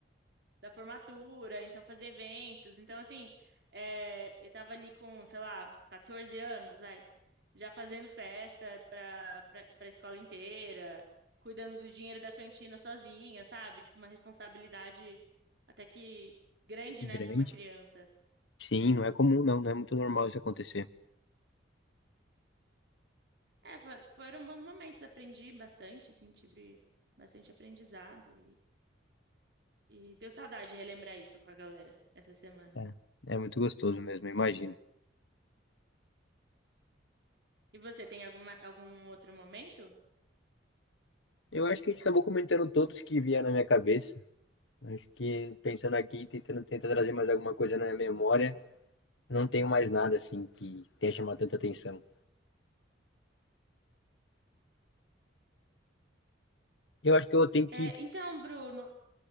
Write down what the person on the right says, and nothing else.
da formatura, então fazia eventos. Então, assim, é, eu tava ali com, sei lá, 14 anos, vai, já fazendo festa pra, pra, pra escola inteira, cuidando do dinheiro da cantina sozinha, sabe? Tipo, uma responsabilidade até que grande,
né, pra uma criança.
É, for- foram bons momentos, aprendi bastante, assim, tive bastante aprendizado e, e deu saudade relembrar isso com a galera essa semana.
E você tem alguma, algum outro momento?
É,
então, Bruno,